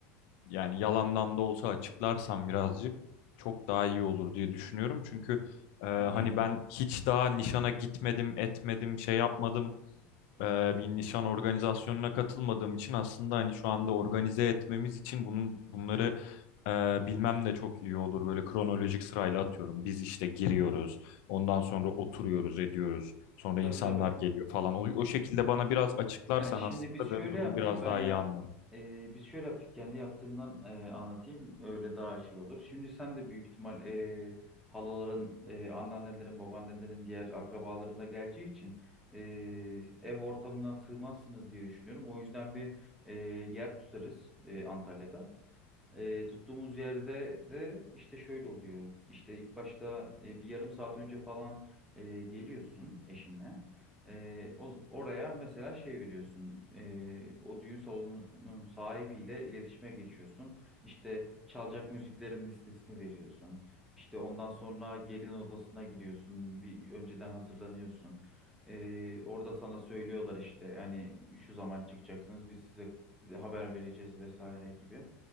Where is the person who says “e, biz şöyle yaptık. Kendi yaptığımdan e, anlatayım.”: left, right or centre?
Centre